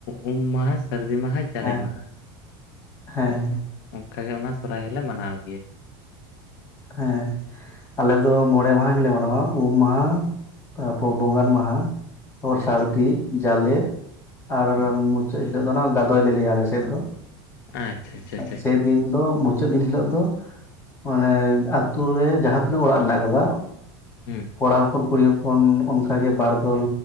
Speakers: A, on the left; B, on the left.
A: ᱩᱢ ᱢᱟᱦᱟ ᱥᱟᱹᱨᱫᱤ ᱢᱟᱦᱟ ᱡᱟᱞᱮ
B: ᱦᱮᱸ
A: ᱢᱟᱦᱟ
B: ᱦᱮᱸ
A: ᱦᱳᱭ ᱚᱱᱠᱟ ᱜᱮ ᱚᱱᱟ ᱥᱚᱨᱦᱟᱭ ᱦᱚᱸᱞᱮ ᱢᱟᱱᱟᱣ ᱜᱮᱭᱟ
B: ᱦᱮᱸ ᱟᱞᱮ ᱫᱚ ᱢᱚᱬᱮ ᱢᱟᱦᱟ ᱜᱮ ᱞᱮ ᱢᱟᱱᱟᱣᱟ ᱩᱢ ᱢᱟᱦᱟ ᱛᱟᱨᱯᱚᱨ ᱵᱚᱸᱜᱟᱱ ᱢᱟᱦᱟ ᱛᱟᱨᱯᱚᱨ
A: ᱟᱪᱪᱷᱟ
B: ᱥᱟᱹᱨᱫᱤ ᱡᱟᱞᱮ ᱟᱨ
A: ᱚ
B: ᱢᱩᱪᱟᱹᱫ ᱦᱤᱞᱳ ᱫᱚ ᱚᱱᱟ ᱜᱟᱫᱚᱭ ᱞᱮ ᱞᱟᱹᱭᱟ ᱟᱞ ᱥᱮᱫ ᱫᱚ
A: ᱟᱪᱪᱷᱟ ᱟᱪᱪᱷᱟ ᱟᱪᱪᱷᱟ ᱟᱪᱪᱷᱟ
B: ᱥᱮᱫᱤᱱ ᱛᱚ ᱢᱩᱪᱟᱹᱫ ᱫᱤᱱ ᱦᱤᱞᱳᱜ ᱫᱚ ᱢᱟᱱᱮ ᱟᱛᱳ ᱨᱮ ᱡᱟᱦᱟᱸ ᱛᱤᱱᱟᱹᱜ ᱚᱲᱟᱜ ᱢᱮᱱᱟᱜ ᱟᱠᱟᱫᱟ
A: ᱦᱮᱸ
B: ᱠᱚᱲᱟ ᱦᱚᱯᱚᱱ ᱠᱩᱲᱤ ᱦᱚᱯᱚᱱ ᱚᱱᱠᱟ ᱜᱮ ᱵᱟᱨ ᱫᱚᱞ